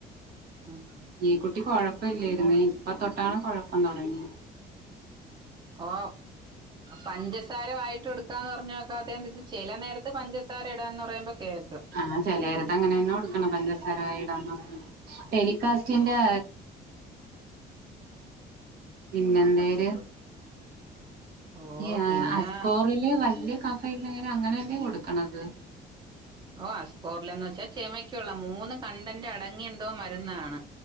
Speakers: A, on the right (about 25°); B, on the right (about 65°).
A: ഉം
B: ഈ കുട്ടി കൊഴപ്പം ഇല്ലായിരുന്നേ
A: നമ്മള്
B: ഇപ്പ തൊട്ടാണ് കൊഴപ്പം തുടങ്ങി.
A: ഓ പഞ്ചസാര വയിട്ട് എടുക്കാന്ന് പറഞ്ഞു നോക്കാ. അത് ചില നേരത്ത് പഞ്ചസ പസാര ഇടാന്ന് പറയുമ്പോൾ കേൾക്ക്.
B: ആഹ ചിലരെക്ങ്ങനെ തന്നെ കൊടുക്കണ പഞ്ചസാര. വായിൽ ഇടം എന്ന് പറഞ്ഞ്. കാസ്ന്റെ പിന്നെ എന്തായര്
A: ഓ
B: ഈ
A: പിന്നെ
B: അസ്കോറില് വല്യയ കഫയില്ലങ്ങനെ അങ്ങനെയല്ലേ കൊടുക്കണത്.
A: ഓ സ്കോറിലന്ന് വെച്ചാൽ ചമയ്ക്കുള്ള മൂന്ന് കണ്ടന്റെ അടങ്ങി എന്തോ മരുന്നാണ്.